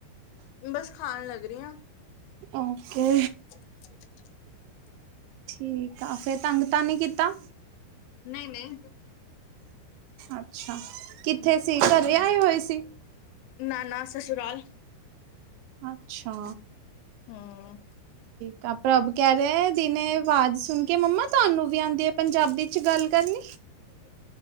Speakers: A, on the left (about 85°); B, on the right (about 80°).
A: ਬਸ ਖਾਣ ਲੱਗ ਰਹੇ ਹਾਂ।
B: ਓਕੇ।
A: <unintelligible>
B: ਠੀਕ ਆ ਫਿਰ ਤੰਗ ਤਾਂ ਨਹੀਂ ਕੀਤਾ।
A: ਨਹੀਂ ਨਹੀਂ।
B: ਅੱਛਾ ਕਿੱਥੇ ਸੀ ਘਰੇ ਆਏ ਹੋਏ ਸੀ।
A: ਨਾ ਨਾ ਸਸੁਰਾਲ।
B: ਅੱਛਾ।
A: ਹਮ।
B: ਤਾਂ ਪ੍ਰਭ ਕਹਿ ਰਹੇ ਦਿਨੇ ਆਵਾਜ਼ ਸੁਣ ਕੇ ਮੰਮਾ ਤੁਹਾਨੂੰ ਵੀ ਆਂਦੀ ਐ ਪੰਜਾਬੀ ਚ ਗੱਲ ਕਰਨੀ।